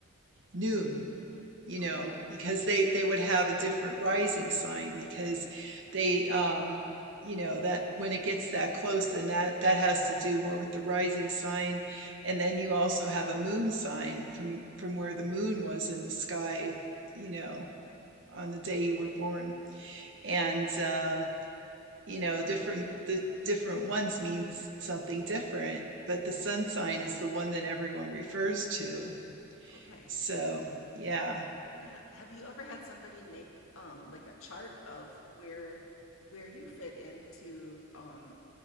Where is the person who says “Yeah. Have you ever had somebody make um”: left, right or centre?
Left